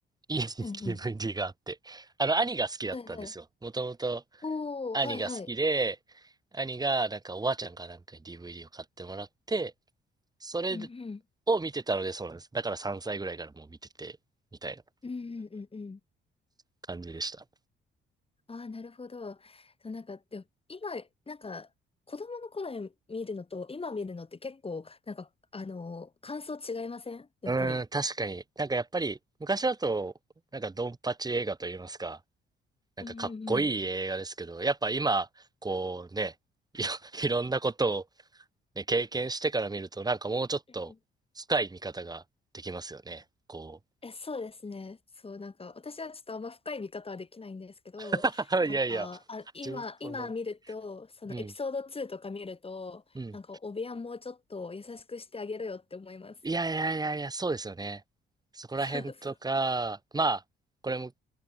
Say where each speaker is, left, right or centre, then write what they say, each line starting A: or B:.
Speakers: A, on the right; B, on the left.
A: 家に DVD
B: うんうん。
A: があって、あの、兄が好きだったんですよ。
B: はいはい。
A: もともと
B: おー、
A: 兄が好きで、
B: はいはい。
A: 兄がなんかおばあちゃんかなんかに DVD を買ってもらって、それ
B: うんうん。
A: を見てたのでそうなんです。だから3歳ぐらいからもう見てて、みたいな
B: うんうんうんうん。
A: 感じでした。
B: ああ、なるほど。そう、なんか、でも今、なんか、子供の頃に見るのと、今見るのって結構、なんか、あの、感想違いませんやっぱり。
A: うーん、確かに。なんかやっぱり昔だと、なんかドンパチ映画といいますか、なんかかっこいい映画ですけど、
B: うんうんうん。
A: やっぱ今、こうね、いろいろんなことをね、経験してから見ると、なんかもうちょっと深い見方ができますよね。
B: うん
A: こう。
B: え、そうですね。そう、なんか、私はちょっとあんま深い見方はできないんですけど、
A: <laughs>
B: なんか、
A: いやいや、
B: あ、今、
A: 自分、
B: 今見ると、
A: そんなに。
B: そのエピソード2とか見ると、
A: うん、うん。
B: なんか、お部屋もうちょっと優しくしてあげろよって思います。
A: いやいやいやいや、そうですよね。そこら辺とか、
B: <laughs> そうそう。
A: まあ、これも